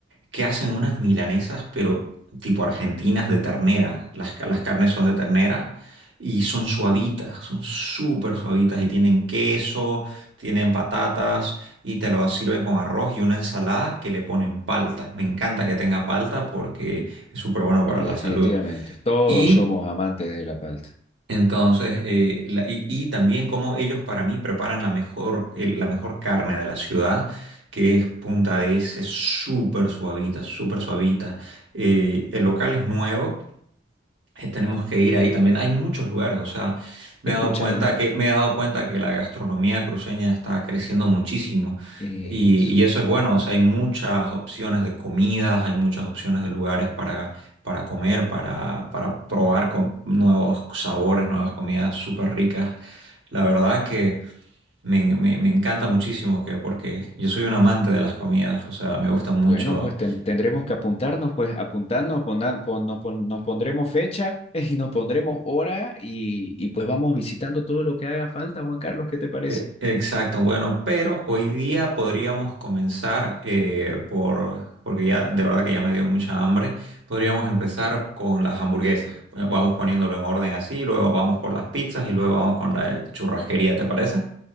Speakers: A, on the right; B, on the left.
A: que hacen unas milanesas, pero tipo argentinas de ternera. Las, ca- las carnes son de ternera y son suavitas, son súper suavitas y tienen queso, tienen patatas y te lo sirven con arroz y una ensalada que le ponen palta. Me encanta que tenga palta porque es súper bueno para
B: No,
A: la
B: definitivamente.
A: salud.
B: Todos
A: Y
B: somos amantes de la palta.
A: entonces, eh, la- y, y también como ellos para mí preparan la mejor, el- la mejor carne de la ciudad, que es Punta de ese súper suavita, súper suavita. Eh, el local es nuevo, eh, tenemos que ir ahí también. Hay muchos lugares, o sea, me
B: He
A: he
B: escuchado.
A: dado cuenta que, me he dado cuenta que la gastronomía cruceña está creciendo muchísimo
B: Eso.
A: y, y eso es bueno, o sea, hay muchas opciones de comidas, hay muchas opciones de lugares para, para comer, para, para probar con nuevos sabores, nuevas comidas súper ricas. La verdad que me, me- me encanta muchísimo que, porque yo soy un amante de las comidas, o sea, me gusta mucho
B: Bueno, pues ten- tendremos que apuntarnos, pues apuntarnos, ponda- pon- nos, pon- nos pondremos fecha <laughs> y nos pondremos hora y, y pues vamos visitando todo lo que haga falta, Juan Carlos, ¿qué te parece?
A: E- Exacto, bueno, pero hoy día podríamos comenzar eh, por, porque ya de verdad que ya me dio mucha hambre, podríamos empezar con las hamburguesas. Bueno, Vamos poniéndolo en orden así, luego vamos por las pizzas y luego vamos con la churrasquería, ¿te parece?